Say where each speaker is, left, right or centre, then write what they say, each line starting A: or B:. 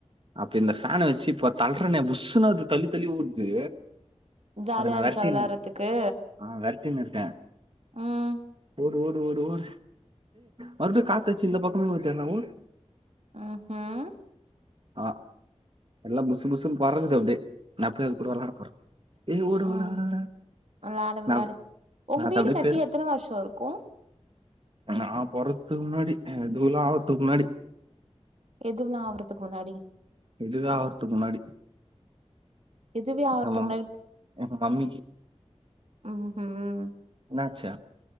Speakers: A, on the right (about 50°); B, on the right (about 65°).
A: அப்ப இந்த ஃபேன வெச்சு இப்ப தள்றனே புஸ்சுனு அது தள்ளித்தள்ளி ஓடுது
B: ஜாலியா
A: அதை நான்
B: இருச்சா
A: விரட்டின்னு
B: வெளாட்றத்துக்கு
A: ஆ வெரட்டினு இருக்கே
B: ம்
A: ஓடு ஓடு ஓடு ஓடு மறுபடியு காத்தடிச்சு இந்த பக்கமே வந்தேர்றா ஓடு
B: ம்ஹும்
A: ஆ எல்லா புஸ்சு புஸ்சுன் பறக்குது அப்டியே நா போய் அது கூட வெளாட போற இது ஓடு
B: ம்
A: ஓடு ஓடட
B: விளாடு விளாடு
A: நா
B: உங்க
A: நா
B: வீடு
A: அப்டியே
B: கட்டி
A: பேரு
B: எத்தன வருஷ இருக்கு
A: நா பொறக்த்து முன்னாடி இதுவுலா ஆவத்து முன்னாடி
B: எதுவ்லா ஆவுறத்துக்கு முன்னாடி
A: இதுதா ஆவறத்துக்கு முன்னாடி
B: எதுவே
A: <unintelligible>
B: ஆவறதுக்கு முன்னாடி
A: எங்க மம்மிக்கி
B: ம்ஹீம்
A: என்னாச்சா